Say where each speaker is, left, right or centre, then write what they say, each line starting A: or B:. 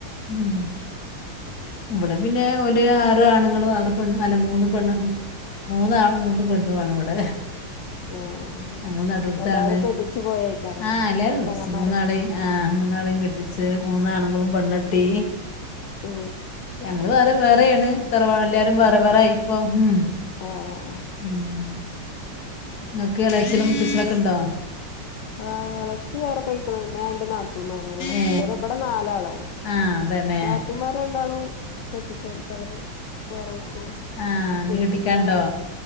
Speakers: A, on the left; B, on the left.
A: ഉം ഇവിടെ പിന്നെ ഒരു ആറ് ആണുങ്ങളും ആറ് പെണ്ണ് അല്ല മൂന്ന് പെണ്ണ് മൂന്നാണ് മൂന്ന് പെണ്ണു ആണ് ഇവിടെ
B: ഏഹ്
A: ഞങ്ങൾ നടുത്താണ്
B: എല്ലാരും കെട്ടിച്ചു പോയേക്കാരല്ലേ
A: ആഹ എല്ലാരുംഉണ്ട്
B: പെങ്ങന്മാരൊക്കെ
A: കിഡ്സ്‌ മൂന്നാണ് ആഹ മൂന്നാളും കെട്ടിച്ച് മൂന്നാണുങ്ങളും പെണ്ണ കെട്ടി
B: ഓ
A: ഞങ്ങള്ൾ വേറെ വേറെയാണ് തറവാട്ടിൽ നിന്ന് എല്ലാവരും
B: ഉം
A: വേറെ ആയിപ്പോ ഉം
B: ആഹ് ആഹ്
A: ഉംഹ്. നിങ്ങക്ക് ഇളച്ചനും മൂത്തച്ചനും ഒക്കെ ഉണ്ടോ?
B: ആഹ് എളച്ചി വേറെ പൊയ്‌ക്കുന്നു. പിന്നെ രണ്ട് നാത്തൂന്മാർ ഉണ്ട്.
A: ഏ
B: ഇവിടെ നാലാളാണ്.
A: ആ തന്നെ
B: നാത്തുമാരണ്ടാളും കെട്ടിച്ചോട്‌ത്തവര് വേറയ്ക്ക്ണ്.
A: ആ നീ
B: പിന്നെ
A: കെട്ടിക്കാണ്ടോ